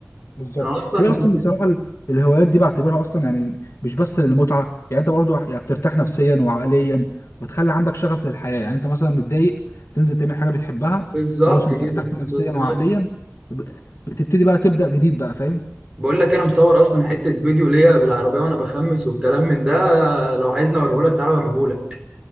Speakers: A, on the left (about 65°); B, on the right (about 20°).
A: بالظبط
B: انا اصلا
A: هي اصلا
B: كنت
A: بصراحه ال- الهوايات دي بعتبرها اصلا يعني مش بس للمتعه يعني انت برضو يعني بترتاح نفسيا وعقليا وتخلي عندك شغف للحياه يعني انت مثلا متضايق تنزل تعمل حاجه بتحبها
B: بالظبط
A: خلاص انت
B: كده
A: ارتحت نفسيا
B: بالظبط
A: وعقليا ب- بتبتدي بقى تبدا جديد بقى فاهم
B: بقول لك انا مصور اصلا حته فيديو ليا بالعربيه وانا بخمس والكلام من ده لو عايزني اوريهولك تعالى اوريهولك